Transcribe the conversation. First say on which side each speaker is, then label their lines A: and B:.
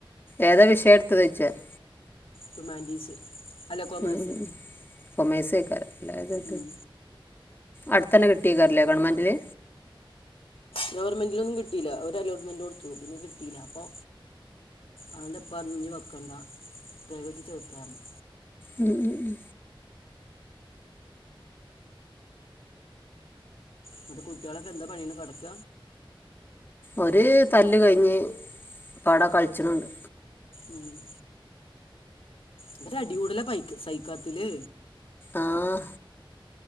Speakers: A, on the left; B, on the left.
A: ഏതാ വിഷയടുത്തത് ചോയ്ച്ച
B: ഹ്യൂമാനിറ്റീസ് അല്ല കൊമേഴ്സ്
A: ഉം ഉം കോമേഴ്‌സ് ആക്കാരം അല്ലാതെ
B: ഉം
A: അടുത്തന്നെ കിട്ടേക്കാരല്ലേ ഗവൺമെന്റില്
B: ഗവർമെന്റിലൊന്നും കിട്ടീല ഒര് അലോട്ട്മെന്റ് കൊടുത്തു പിന്നെ കിട്ടില്ല അപ്പൊ അവന്റെ ഇപ്പറഞ്ഞ് ഇനി വെക്കണ്ടാ പ്രൈവേറ്റ് ചേർത്താറഞ്ഞു.
A: ഉം ഉം ഉം
B: ന്നിട്ട് കുട്ടികളൊക്കെ എന്താ പണിണ് കടക്ക
A: ഒരു തല്ല് കഴിഞ്ഞ് ഇപ്പവടെ കളിച്ചിണുണ്ട്.
B: ഉം ഇവര് അടികൂടല പൈ സൈക്കാത്ത് ലേ
A: ആഹ്